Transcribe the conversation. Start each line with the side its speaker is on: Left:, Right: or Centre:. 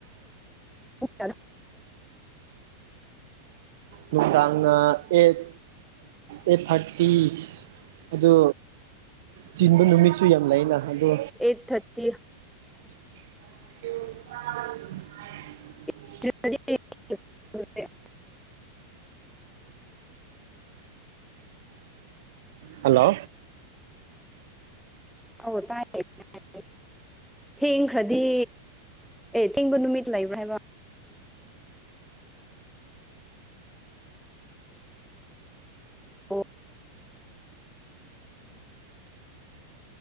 Centre: ꯆ
Right: ꯅꯨꯡꯗꯥꯡꯅ ꯑꯦꯠ ꯑꯦꯠ ꯊꯥꯔꯇꯤ ꯇꯤ ꯑꯗꯣ ꯆꯤꯟꯕ ꯅꯨꯃꯤꯠꯁꯨ ꯌꯥꯝ ꯂꯩꯅ ꯑꯗꯣ
Centre: ꯑꯩꯠ ꯊꯥꯔꯇꯤ
Right: <unintelligible>
Centre: <unintelligible>
Right: <inaudible> ꯍꯜꯂꯣ
Centre: ꯑꯧ ꯇꯥꯏꯌꯦ <unintelligible> ꯊꯦꯡꯈ꯭ꯔꯗꯤ ꯑꯦ ꯊꯦꯡꯕ ꯅꯨꯃꯤꯠ ꯂꯩꯕ꯭ꯔꯥ ꯍꯥꯏꯕ ꯑꯣ